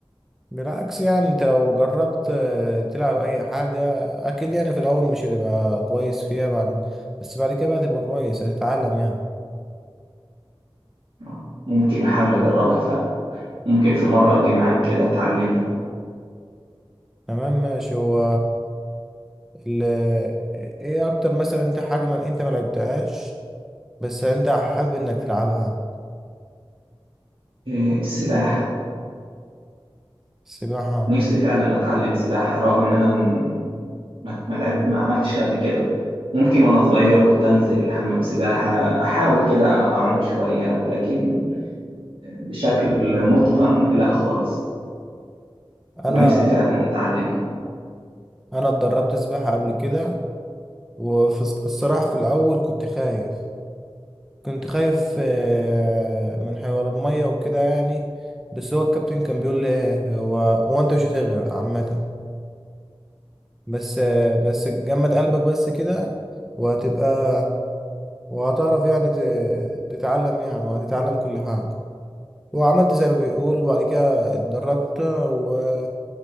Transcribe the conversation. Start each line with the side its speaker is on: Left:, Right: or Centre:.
Centre: بالعكس يعني انت لو جربت آه، تلعب اي حاجة اكيد يعني في الاول مش هتبقى كويس فيها بعد بس بعد كده بقى تبقى كويس هتتعلم يعني
Right: آه، ممكن احاول اجربها فعلا ممكن في مره اجي معاك كده تعلمني
Centre: تمام ماشي هو ال... ايه اكتر مثلا انت حاجة ما انت ما لعبتهاش بس انت حابب انك تلعبها
Right: إيه، السباحه
Centre: سباحة
Right: نفسي فعلا اتعلم سباحه رغم ان انا م- ما ما لعب- ما عملتش قبل كده ممكن وانا صغير كنت انزل حمام سباحه احاول كده اعوم شويه لكن بشكل متقن لا خالص
Centre: انا
Right: ونفسي فعلا اتعلمها
Centre: انا اتدربت سباحة قبل كده وفي الصراحة في الاول كنت خايف كنت خايف آه، من حوار المية وكده يعني بس هو الكابتن كان بيقول لي ايه هو هو انت مش هتغرق عامة بس آه، بس جمد قلبك بس كده وهتبقى وهتعرف يعني ت- تتعلم يعني وهتتعلم كل حاجة وعملت زي ما بيقول وبعد كده اتدربت و-